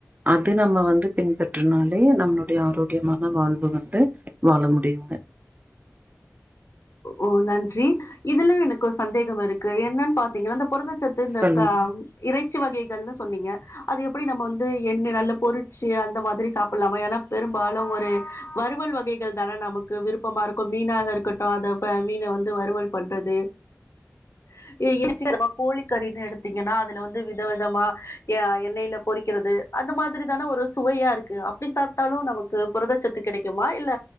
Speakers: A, on the right; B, on the left.
A: அது நம்ம வந்து பின்பற்றுனோலே நம்மளுடைய ஆரோக்கியமான வாழ்வு வந்து வாழ முடியுங்க
B: ஒ நன்றி இதுல எனக்கு ஒ சந்தேகம் இருக்கு என்னன் பாத்தீங்ளந்தப் புரதச்சத்து இந்த
A: சொல்லுங்க
B: கவ் இறைச்சி வகை தல்ல சொன்னீங்க அது எப்புடி நம் வந்து எண்னெ நல்ல பொறிச்சு அந்த மாதுரி சாப்புல்லாமா எலா பெரும்பாலு ஒரு வறுவல் வகைகள் தான நமக்கு விருப்பமா இருக்கு மீனாக இருக்கட்டு அத ப மீன வந்து வறுவல் பண்றது <inaudible> கோலிக்கறினு எடுத்தீங்கனா அதுல வந்து வித விதமா ய எண்ணயில பொரிக்கிறது அந்த மாதுரி தான ஒரு சுவையாருக்கு அப்டி சாப்ட்டாலு நமக்கு புரதச்சத்து கெடைக்குமா இல்ல